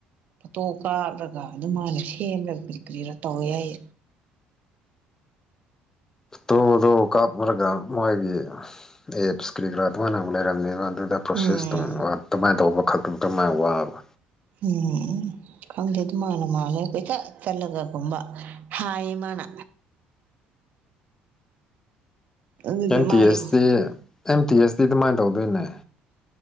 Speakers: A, on the right; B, on the left.
A: ꯐꯣꯇꯣ ꯀꯥꯞꯂꯒ ꯑꯗꯨꯝ ꯃꯥꯅ ꯁꯦꯝꯂꯒ ꯀꯔꯤ ꯀꯔꯤꯔ ꯇꯧꯋꯦ ꯍꯥꯏ
B: ꯇꯣꯗꯣ ꯀꯥꯞꯃꯔꯒ ꯃꯣꯏꯒꯤ ꯑꯦ ꯏꯁꯀꯛ ꯔ ꯋꯥꯅꯔꯝꯅꯤꯗ ꯄ꯭ꯔꯣꯁꯦꯁꯇꯨꯡ
A: ꯎꯝ
B: ꯀꯃꯥꯏꯅ ꯇꯧꯕ ꯑꯃꯈꯛꯇ ꯀꯔꯝꯥꯏꯅ ꯋꯥꯕ
A: ꯎꯝ ꯈꯪꯗꯦ ꯑꯗꯨ ꯃꯥꯅ ꯃꯥꯜꯂꯦ ꯑꯩꯈꯣꯏ ꯆꯠ ꯆꯠꯂꯒꯒꯨꯝꯕ ꯍꯥꯏꯌꯦ ꯃꯥꯅ ꯑꯗꯨꯒꯤ
B: ꯑꯦꯝ
A: ꯃꯥꯒꯤ
B: ꯇꯤ S T M T S T ꯑꯗꯨꯃꯥꯏꯅ ꯇꯧꯗꯣꯏꯅꯦ